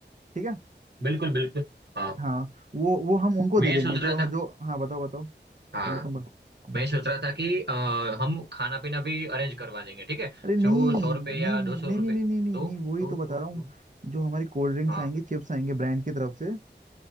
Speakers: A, on the right; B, on the right.
A: ठीक है
B: बिल्कुल बिल्कुल हाँ
A: हाँ वो वो हम उनको
B: मैं
A: दे
B: ये
A: देंगे
B: सोच
A: जो
B: रहा था
A: जो हाँ बताओ बताओ
B: हाँ
A: पहले तुम बताओ
B: मैं सोच रहा था कि अ, हम खाना पीना भी अरेंज करवा देंगे ठीक है
A: अरे नहीं
B: जो सौ रुपये या
A: नहीं नहीं नहीं
B: दो सौ
A: नहीं
B: रुपये
A: नहीं नहीं नहीं
B: तो
A: नहीं, वही
B: तो
A: तो बता
B: तो
A: रहा
B: तो
A: हूँ जो हमारी कोल्ड ड्रिंक्स
B: हाँ
A: आएंगी चिप्स आएंगे ब्रांड की तरफ से